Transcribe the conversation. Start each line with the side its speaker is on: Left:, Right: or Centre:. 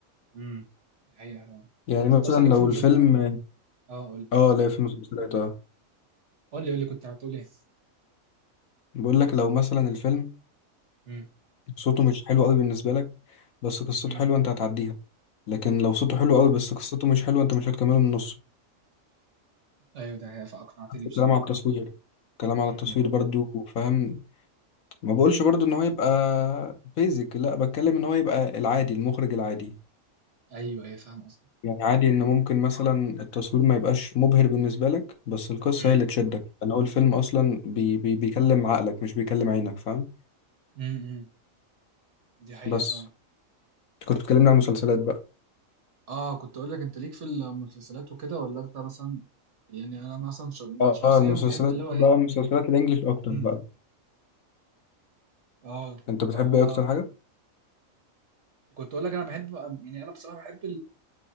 Right: امم الحقيقة
Left: يعني
Right: بس
Left: مثلا
Right: انت اصلا ليك
Left: لو
Right: في المسلسلات
Left: الفيلم
Right: اه قول لي
Left: اه لا في مسلسلات اه
Right: قول لي قول لي كنت هتقول ايه
Left: بقول لك لو مثلا الفيلم
Right: امم
Left: صوته مش حلو قوي بالنسبه لك بس قصته
Right: امم
Left: حلوه انت هتعديها لكن لو صوته
Right: امم
Left: حلو قوي بس قصته مش حلوه انت مش هتكمله من نصه
Right: ايوه ده هي فاقنعتني
Left: نفس الكلام
Right: بصراحة
Left: على التصوير الكلام على
Right: امم
Left: التصوير برضو فاهم ما بقولش برضو ان هو يبقى بيزك لا بتكلم ان هو يبقى العادي المخرج العادي
Right: ايوه ايوه فاهم قصدك
Left: يعني عادي ان ممكن مثلا التصوير ما يبقاش مبهر بالنسبه لك بس القصه
Right: امم
Left: هي اللي تشدك انا هو الفيلم اصلا بي بي بيكلم عقلك مش بيكلم عينك فاهم
Right: امم دي حقيقة
Left: بس
Right: اه
Left: كنت بتكلمني عن المسلسلات بقى
Right: اه كنت اقول لك انت ليك في المسلسلات وكده ولا انت مثلا يعني انا مثلا ش-
Left: اه
Right: شخصيا
Left: المسلسلات
Right: بحب اللي هو
Left: بقى
Right: ايه
Left: مسلسلات الانجليش اكتر
Right: امم
Left: بقى
Right: اه
Left: انت
Right: ما
Left: بتحب
Right: هو
Left: ايه اكتر حاجه
Right: كنت اقول لك انا بحب يعني انا بصراحة بحب